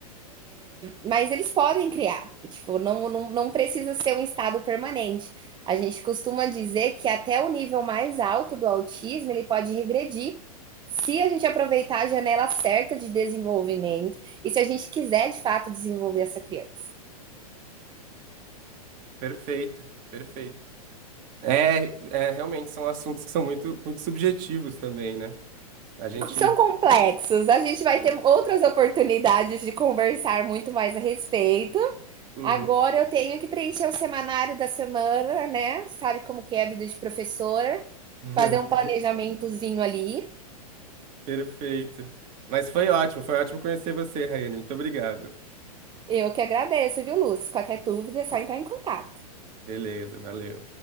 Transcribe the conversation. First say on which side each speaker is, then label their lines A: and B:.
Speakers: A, on the right; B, on the right.
A: Mas eles podem criar, tipo, não, não, não precisa ser um estado permanente. A gente costuma dizer que até o nível mais alto do autismo ele pode regredir se a gente aproveitar a janela certa de desenvolvimento e se a gente quiser de fato desenvolver essa criança.
B: Perfeito, perfeito. É, é, realmente são assuntos que são muito, muito subjetivos também, né? A gente.
A: São complexos, a gente vai
B: É.
A: ter outras oportunidades de conversar muito mais a respeito.
B: Uhum.
A: Agora eu tenho que preencher o semanário da semana, né? Sabe como que é a vida de professora,
B: <laughs>
A: fazer um planejamentozinho ali
B: Perfeito. Mas foi ótimo, foi ótimo conhecer você, Raiane. Muito obrigado.
A: Eu que agradeço, viu, Lúcio? Qualquer dúvida é só entrar em contato.
B: Beleza, valeu.